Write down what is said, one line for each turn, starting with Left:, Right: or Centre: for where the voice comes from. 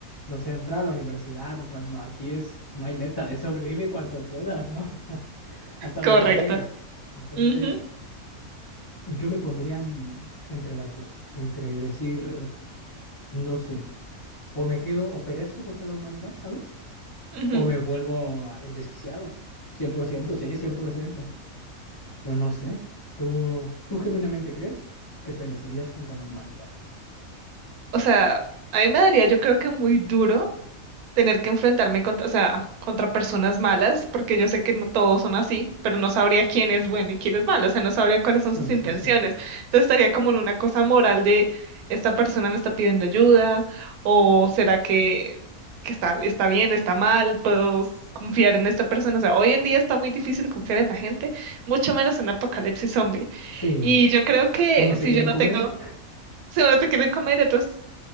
Left: no sé, entrar a la universidad o cual, no, aquí es, no hay meta, es sobrevive cuanto puedas, ¿no? <laughs> O sea, hasta
Right: Correcto.
Left: donde llegues. Entonces,
Right: Ujú,
Left: yo me pondría en- entre las dos, entre decir, no sé, o me quedo, o perezco contra la humanidad, ¿sabes?
Right: ujú.
Left: O me vuelvo el desquiciado. cien por ciento, sí, 100%. Pero no sé. ¿Tú, tú genuinamente crees que perecerías contra la humanidad?
Right: O sea, a mí me daría yo creo que muy duro tener que enfrentarme contra, o sea, contra personas malas, porque yo sé que no todos son así, pero no sabría quién es bueno y quién es malo, o sea, no sabría cuáles
Left: Sí,
Right: son sus intenciones.
Left: sí, sí.
Right: Entonces estaría como en una cosa moral de esta persona me está pidiendo ayuda, o será que, que está, está bien, está mal, puedo s- confiar en esta persona. O sea, hoy en día está muy difícil confiar en la gente, mucho menos en apocalipsis zombie.
Left: Sí,
Right: Y yo creo que
Left: unos
Right: si
Left: te quieren
Right: yo no
Left: comer.
Right: tengo, si uno te quieren comer, entonces